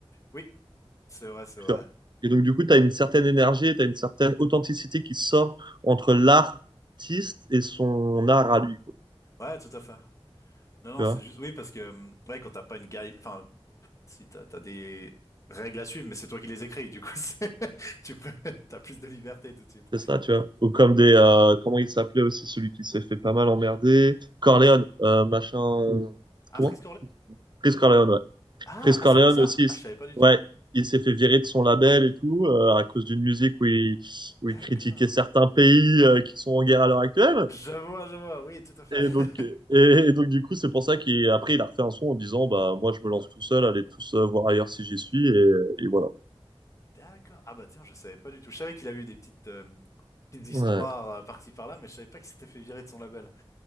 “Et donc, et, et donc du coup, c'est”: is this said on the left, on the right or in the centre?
Right